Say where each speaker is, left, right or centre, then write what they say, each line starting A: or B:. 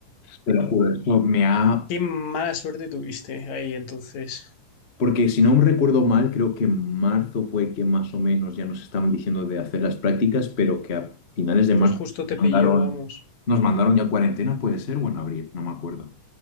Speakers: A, on the left; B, on the left.
A: Te lo juro, eso me ha...
B: Qué mala suerte tuviste ahí entonces.
A: Porque si no recuerdo mal, creo que en marzo fue que más o menos ya nos estaban diciendo de hacer las prácticas, pero que a finales de
B: Pues
A: marzo
B: justo te
A: nos
B: pilló,
A: mandaron,
B: vamos.
A: nos mandaron ya cuarentena, puede ser, o en abril, no me acuerdo.